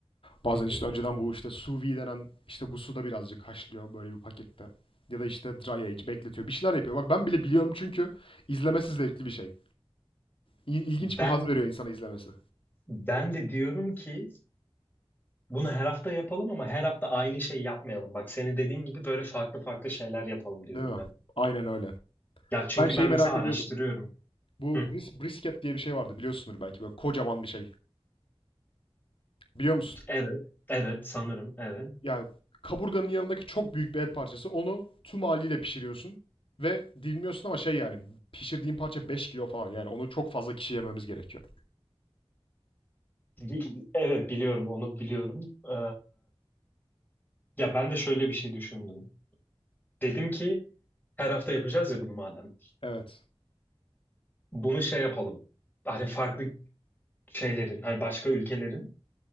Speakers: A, on the left; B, on the left.
A: Bazen
B: Hı hı.
A: işte önceden bu işte sous vide denen işte bu suda birazcık haşlıyor böyle bir pakette. Ya da işte dry age bekletiyor. Bir şeyler yapıyor. Bak ben bile biliyorum çünkü izlemesi zevkli bir şey. İl- ilginç
B: Ben
A: bir haz veriyor insana izlemesi.
B: ben de diyorum ki bunu her hafta yapalım ama her hafta aynı şey yapmayalım. Bak senin dediğin gibi böyle farklı farklı şeyler yapalım
A: Değil
B: diyorum
A: mi?
B: ben.
A: Aynen öyle.
B: Ya çünkü
A: Ben şeyi
B: ben mesela
A: merak
B: araştırıyorum.
A: ediyordum. Bu
B: Hı.
A: bris brisket diye bir şey vardı biliyorsundur belki böyle kocaman bir şey. Biliyor musun?
B: Evet, evet sanırım, evet.
A: Yani kaburganın yanındaki çok büyük bir et parçası. Onu tüm haliyle pişiriyorsun ve dilmiyorsun ama şey yani pişirdiğin parça 5 kilo falan. Yani onu çok fazla kişi yememiz gerekiyor.
B: Bi- Evet biliyorum, onu biliyorum. Ee, Ya ben de şöyle bir şey düşündüm. Dedim ki her hafta yapacağız ya bunu madem.
A: Evet.
B: Bunu şey yapalım. Hani farklı şeylerin, hani başka ülkelerin